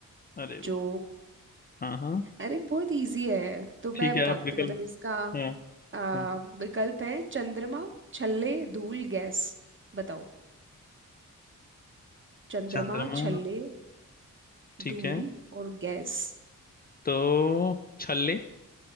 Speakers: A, on the left (about 30°); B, on the right (about 35°).
A: अरे वाह
B: जो
A: हाँ हाँ
B: अरे बहुत इजी है तो
A: ठीक
B: मैं
A: है
B: बताती
A: आप विकल्प
B: हूँ मतलब इसका
A: हाँ
B: अ,
A: हाँ
B: विकल्प है चंद्रमा छल्ले धूल गैस बताओ चंद्रमा
A: चंद्रमा
B: छल्ले
A: ठीक
B: धूल
A: है
B: और गैस
A: तो छल्ले